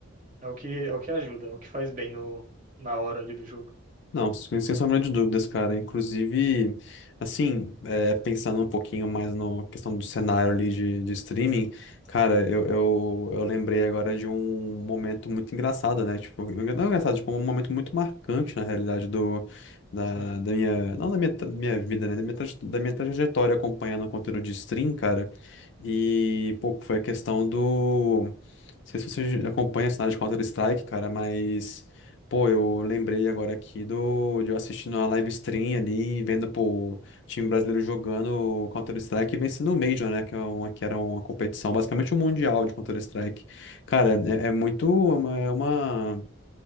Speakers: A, on the right; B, on the left.
A: É o que, é o que ajuda, é o que faz bem no, na hora ali do jogo.
B: Não, sem sem sombra de dúvidas, cara. Inclusive, assim, é, pensando um pouquinho mais na questão do cenário ali de, de streaming, cara, eu, eu, eu lembrei agora de um momento muito engraçado, né? Tipo, não é engraçado, tipo, é um momento muito marcante, na realidade, do, da,
A: Sim,
B: da minha, não da minha, da minha vida, né? Da minha, traje- da minha trajetória acompanhando o conteúdo de stream, cara. E, pô, foi a questão do. Não sei se você acompanha a cenário de Counter-Strike, cara, mas. Pô, eu lembrei agora aqui do, de eu assistindo a live stream ali, vendo pô, o time brasileiro jogando Counter-Strike e vencendo o Major, né? Que, é uma, que era uma competição, basicamente um mundial de Counter-Strike. Cara, é, é muito uma, é uma,